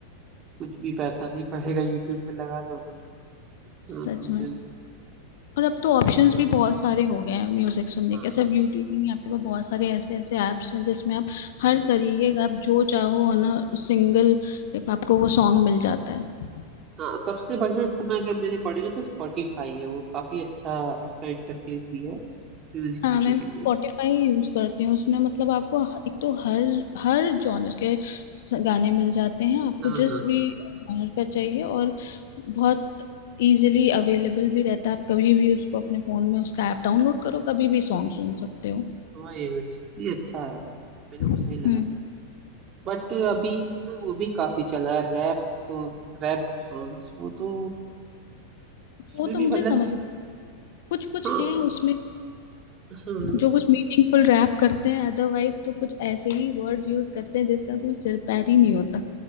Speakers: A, on the right; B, on the left.
A: कुछ भी पैसा नहीं पड़ेगा यूट्यूब पे लगा दो हाँ,
B: सच
A: सुनते
B: में
A: रहो
B: और अब तो ऑप्शंस
A: ना।
B: भी बहुत सारे हो गए हैं म्यूजिक सुनने
A: हाँ
B: के सिर्फ यूट्यूब ही नहीं आपके पास बहुत सारे ऐसे ऐसे ऐप्स हैं जिसमें आप हर
A: हाँ
B: तरीके का आप जो चाहो ऑन अ सिंगल टिप आपको वो सॉन्ग मिल जाता है
A: हाँ सबसे बढ़िया इस समय अगर मैंने पड़ेगा तो स्पॉटिफाई है वो काफी अच्छा उसका इंटरफेस भी है म्यूजिक
B: हाँ
A: सुनने
B: मैं
A: के
B: स्पॉटिफाई
A: लिए
B: यूज करती हूँ उसमें मतलब आपको ह- एक तो हर हर जॉनर के स- गाने मिल जाते हैं आपको
A: हाँ
B: जिस
A: हाँ
B: भी जॉनर का चाहिए और बहुत इजीली अवेलेबल भी रहता है आप कभी भी उसको अपने फोन में उसका ऐप डाउनलोड करो कभी भी सॉन्ग सुन सकते हो
A: हाँ वही वही नहीं अच्छा है वो मेरे
B: हम्म
A: को सही लगा बट अभी इस समय वो भी काफी चला है रैप तो रैप सॉन्ग्स वो तो उसमें
B: वो तो
A: भी
B: मुझे
A: मतलब
B: समझ
A: कि-
B: कुछ कुछ
A: हाँ
B: हैं उसमें
A: हाँ
B: जो कुछ मीनिंगफुल रैप करते हैं अदरवाइज तो कुछ ऐसे ही वर्ड्स यूज करते हैं जिसका कोई सिर पैर ही नहीं होता